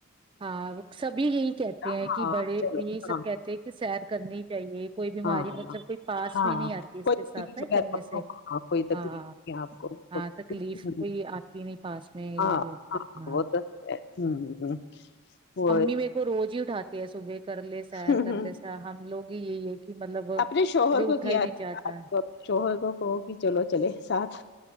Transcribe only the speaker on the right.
ہاں سبھی یہی کہتے ہیں
کہ بڑے یہی
سب
کہتے ہیں کہ سیر کرنی چاہیے کوئی بیماری
مطلب
کوئی پاس
بھی نہیں آتی اس
کے
ساتھ نہ
سگنے
سے
ہاں
ہاں تکلیف
کوئی آتی نہیں پاس میں
ہاں
امی میرے کو روز ہی اٹھاتی ہے صبح کر لے سیر
کر لے ہم لوگ ہی یہی ہے کہ کہ مطلب
اٹھا
ھی نہیں جاہتا